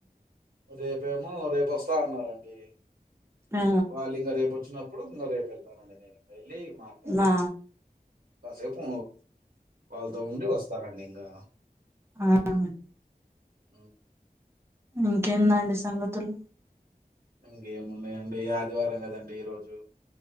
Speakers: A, on the right; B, on the right.
A: రేపేమో రేప్ ఒసా అన్నారండి
B: ఆ
A: వాళ్ళు ఇంగా రేపు ఒచ్చినప్పుడు ఇంగా రేపు ఎళ్తానండి నేను ఎళ్ళి మాట్లాడి
B: నా
A: కాసేపూ వాళ్ళతో ఉండి ఒస్తారండి ఇంగా
B: ఆ ఆ
A: అవ్
B: ఇంకేందండి సంగతులు
A: ఇంగేమున్నాయండి ఆదివారం కదండి ఈ రోజు